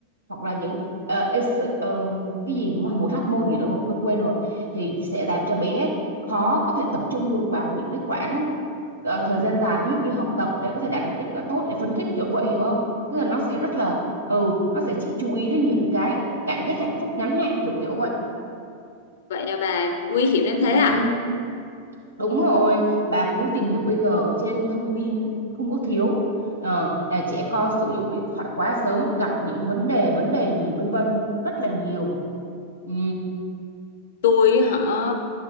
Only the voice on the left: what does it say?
Ừ,
Vậy à bà, nguy hiểm đến thế
à?
tôi họ